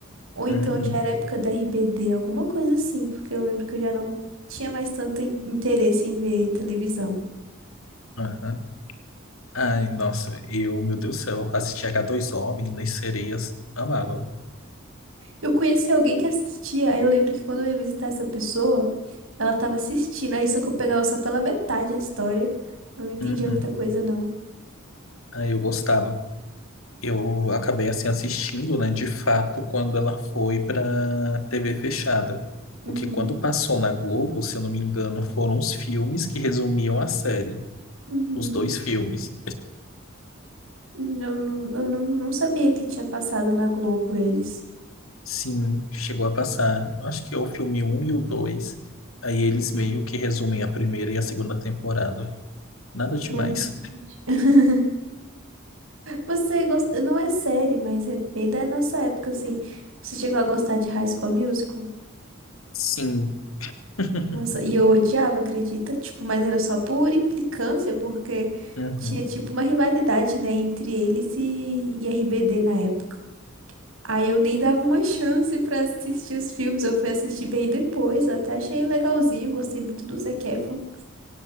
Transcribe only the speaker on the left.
Uhum,
aham. Ai, nossa, eu, meu Deus do céu, assistia h dois o Meninas Sereias, amava.
Uhum.
Aí eu gostava, eu acabei assim assistindo, né, de fato, quando ela foi para TV fechada.
Porque quando passou na Globo, se eu não me engano, foram os filmes que resumiam a série,
os dois filmes.
Sim, chegou a passar. eu Acho que é o filme um e o dois Aí eles meio que resumem a primeira e a segunda temporada. Nada demais.
Sim. <laughs>
Uhum.